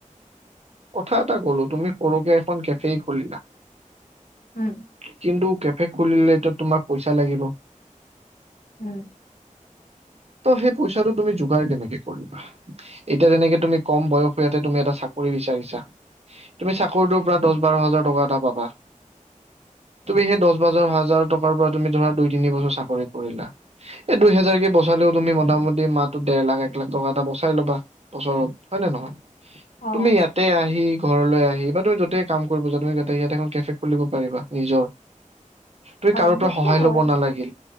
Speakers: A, on the right; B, on the left.
A: কথা এটা কলো তুমি সৰুকে এখন কেফে খুলিলা
B: উম
A: কিন্তু কেফে খুলিলেতো তোমাক পইচা লাগিব
B: উম
A: ত সেই পইচাটো তুমি যোগাৰ কেনেকে কৰিবা এতিয়া যেনেকে তুমি কম বয়স ইয়াতে তুমি এটা চাকৰি বিচাৰিছা তুমি চাকৰিটোৰ পৰা দহ বাৰ হাজাৰ টকা এটা পাবা
B: <inaudible>
A: তুমি সেই দহ, বাৰ হাজাৰ টকাৰ পৰা তুমি ধৰা দুই, তিনি বছৰ চাকৰি কৰিলা। এই দুই হাজাৰ কে বছৰ চালেও তুমি মোতামুতি মাহটোত ডেৰ লাখ, এক লাখ, টকা এটা বচাই ল'বা বছৰত হয় নে নে নহয়।
B: অ
A: তুমি ইয়াতে আহি ঘৰলৈ আহি বা তুমি য'তেই কাম কৰিব যোৱা তুমি তাতে ইয়াতে এখন কেফে খুলিব পাৰিবা নিজৰ তুমি
B: অ
A: কাৰো
B: সেইটোতো
A: পৰা সহায়
B: হয়
A: লব নালাগে।